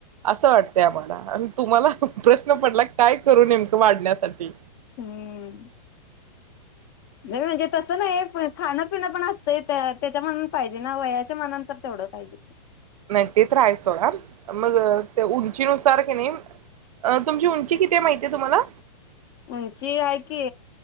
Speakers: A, on the right; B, on the left.
A: असं वाटतय आम्हाला आणि तुम्हाला प्रश्न पडला काय करू नेमकं वाढण्यासाठी
B: हम्म नाही म्हणजे तसं नाही खाणपिणं पण असतंय त्या त्याच्या मनात पाहिजे ना वयाच्या मनात तर तेवढं पाहिजे की
A: नाही ते त हाय सोडा मग त्या उंचीनुसार की नाही तुमची उंची किती माहिती आहे तुम्हाला?
B: उंची आहे की